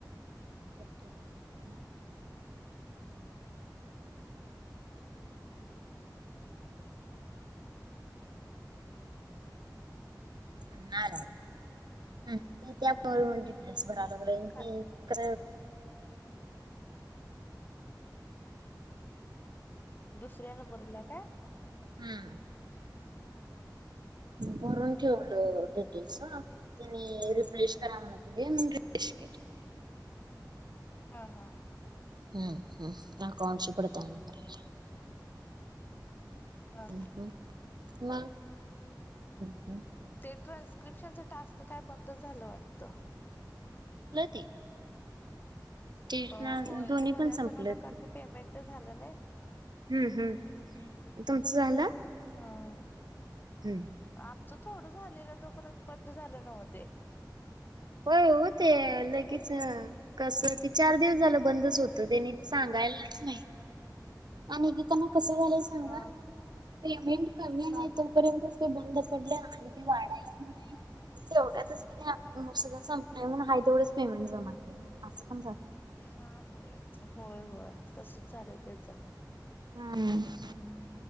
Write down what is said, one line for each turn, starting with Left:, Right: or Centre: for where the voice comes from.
Right: बघतो तो थांब <unintelligible> ते त्या फोन मध्ये डिटेल्स भराय लागलोय
Left: काय
Right: ते खरं
Left: दुसऱ्या नंबरला का
Right: हम्म. भरून ठेवलं डिटेल्स हा त्यानी रिफ्रेश करा म्हणत होते म्हणून रिफ्रेश केलं.
Left: हा हा.
Right: हम्म, हम्म, अकाउंटची पडताळणी करायला
Left: हा हा.
Right: हम्म हम्म, मगं हम्म हम्म
Left: ते ट्रान्स्क्रिप्शनचं टास्क काय बंद झालं वाटतं.
Right: नाय ते
Left: अ होय
Right: दोन्ही
Left: ते बऱ्याच
Right: पण संपलं
Left: जणांना काल ते पेमेंट झालं नाय
Right: हम्म हम्म तुमचं झालं?
Left: हो.
Right: हम्म हम्म
Left: आमचं थोडं झालेलं तोपर्यंत बंद झालं नव्ह ते.
Right: होय हो ते लगेच कसं ते चार दिवस झालं बंदच होतं तेनी सांगायलाच नाही. आणि एकेकांना कस झालं
Left: हा
Right: सांगा. पेमेंट कमी
Left: हा
Right: हाईत ओ र्यंत ते बंद पडले आणि ते वाढायला बी नाय तेवढ्यात तेनी सगळं संपलंय हाय तेवढंच पेमेंट जमा केलं असं पण झालं.
Left: हा होय, होय,
Right: हम्म.
Left: होय तसच झालंय त्याचा.
Right: हा